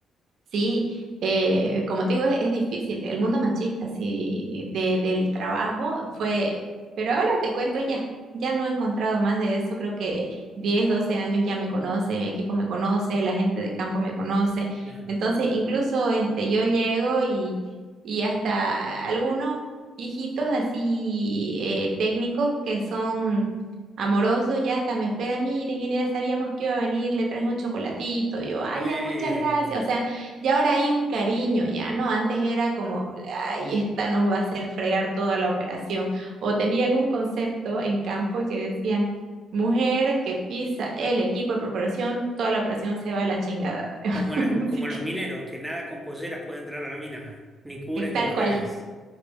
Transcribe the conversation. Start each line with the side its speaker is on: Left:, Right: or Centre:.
Right: Sí, eh, como te digo, es, es difícil. El mundo machista, sí, de, del trabajo fue, pero ahora te cuento ya, ya no he encontrado más de eso. Creo que 10, 12 años ya me conoce, mi equipo me conoce, la gente de campo me conoce.
Centre: Claro.
Right: Entonces, incluso este, yo llego y, y hasta algunos viejitos así eh, técnicos que son amoroso, ya hasta me espera, mire, ingeniera, sabíamos que iba a venir, le traes un chocolatito, yo,
Centre: Pone-
Right: ay, ya, muchas gracias, o sea, y ahora hay un cariño, ya, ¿no? Antes era como, ay, esta nos va a hacer fregar toda la operación. O tenían un concepto en campo que decían, mujer que pisa el equipo de perforación, toda la operación se va a la chingada. <laughs>
Centre: como, las-
Right: Así
Centre: como
Right: que,
Centre: los mineros, que nada con polleras puede entrar a la mina, ni curas
Right: que
Centre: ni
Right: tal
Centre: mujeres.
Right: cual,